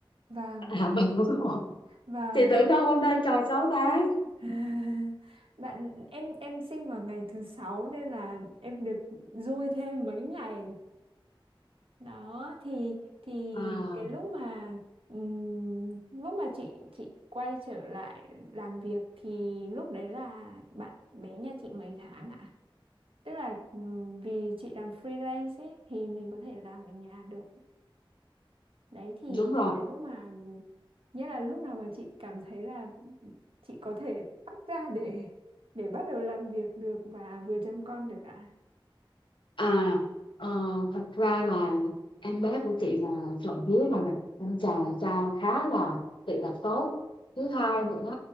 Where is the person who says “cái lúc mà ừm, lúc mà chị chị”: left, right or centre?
Right